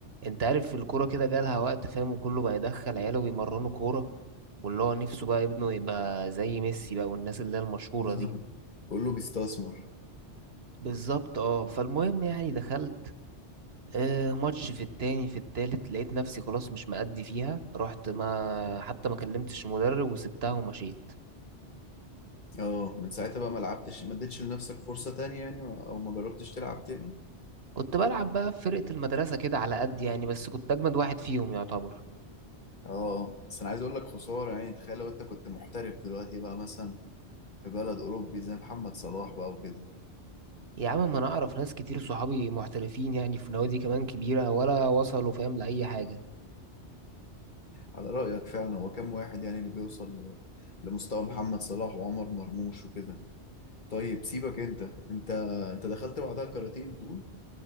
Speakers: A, on the right; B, on the left.
A: انت عارف الكوره كده جالها وقت فاهم وكله بقى يدخل عياله ويمرنوا كوره واللي هو نفسه بقى ابنه يبقى زي ميسي بقى والناس اللي هي المشهوره
B: <laughs>
A: دي
B: كله بيستثمر
A: بالظبط اه فالمهم يعني دخلت آه ماتش في التاني في التالت لقيت نفسي خلاص مش مأدي فيها رحت ما حتى ما كلمتش المدرب وسبتها ومشيت
B: اه من ساعتها بقى ما لعبتش ما اديتش لنفسك فرصة تانية يعني او ما جربتش تلعب تاني
A: كنت بلعب بقى في فرقه المدرسه كده على قد يعني بس كنت اجمد واحد فيهم يعتبر
B: اه بس انا عايز اقول لك خسارة يعني تخيل لو انت كنت محترف دلوقتي بقى مثلا في بلد أوروبي زي محمد صلاح بقى وكده
A: يا عم ما انا اعرف ناس كتير صحابي محترفين يعني في نوادي كمان كبيرة ولا وصلوا فاهم لأي حاجة
B: على رأيك فعلا هو كام واحد يعني اللي بيوصل ل- لمستوى محمد صلاح وعمر مرموش وكده طيب سيبك انت انت انت دخلت بعدها الكاراتيه بتقول